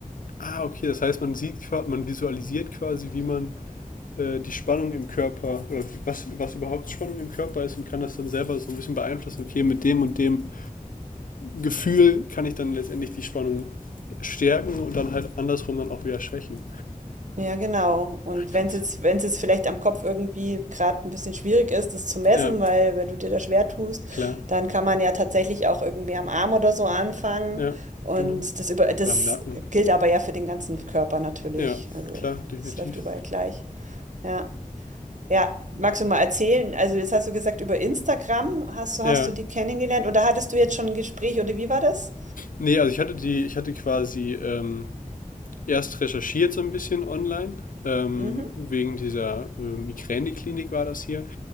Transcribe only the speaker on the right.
Ja, genau. Und
wenn es jetzt, wenn es jetzt vielleicht am Kopf irgendwie gerade ein bisschen schwierig ist, das zu messen,
weil wenn du dir da schwer tust,
dann kann man ja tatsächlich auch irgendwie am Arm oder so anfangen.
Und
das über, das
gilt aber ja für den ganzen Körper natürlich.
Also
es läuft überall gleich. Ja. Ja, magst du mal erzählen? Also jetzt hast du gesagt, über Instagram hast du,
hast du die kennengelernt oder hattest du jetzt schon ein Gespräch oder wie war das?
Mhm.